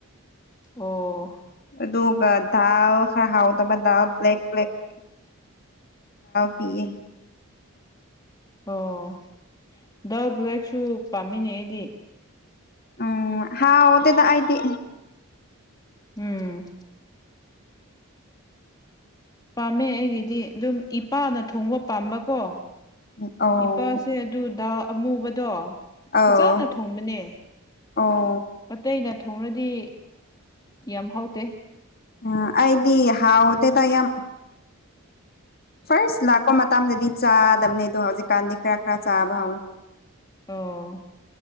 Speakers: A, on the left; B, on the left.
A: ꯑꯣ
B: ꯑꯗꯨꯗꯥꯔ ꯍꯥꯎ ꯇꯕꯗꯥ ꯭ꯂꯦꯛ ꯭ꯂꯦꯛ ꯎ ꯄꯌꯦ
A: ꯑꯣ ꯗꯜ ꯕ꯭ꯂꯦꯛꯁꯨ ꯄꯥꯝꯃꯤꯅꯦ ꯑꯩꯗꯤ
B: ꯎꯝ ꯍꯥꯎꯗꯦꯗ ꯑꯗꯤ
A: ꯎꯝ ꯄꯥꯝꯃꯦ ꯑꯩꯒꯤꯗꯤ ꯑꯗꯨꯝ ꯏꯄꯥꯅ ꯊꯣꯡꯕ ꯄꯥꯝꯕꯀꯣ
B: ꯑꯧ
A: ꯏꯄꯥꯁꯦ ꯑꯗꯨ ꯗꯥ ꯑꯃꯨꯕꯗꯣ
B: ꯑꯧ
A: ꯐꯖꯅ ꯊꯣꯡꯕꯅꯦ
B: ꯑꯣ
A: ꯑꯇꯩꯅ ꯊꯣꯡꯅꯗꯤ ꯌꯥꯝ ꯍꯥꯎꯇꯦ
B: ꯑ ꯑꯩꯗꯤ ꯍꯥꯎꯑꯣꯗ ꯇ ꯌꯥꯝ ꯐꯔꯁ ꯂꯥꯛꯄ ꯃꯇꯝꯗꯗꯤ ꯆꯥꯗꯝꯅꯦꯗꯣ ꯍꯧꯖꯤꯛꯀꯥꯟꯗꯤ ꯈꯔ ꯈꯔ ꯆꯥꯕ ꯍꯧꯔꯦ
A: ꯑꯣ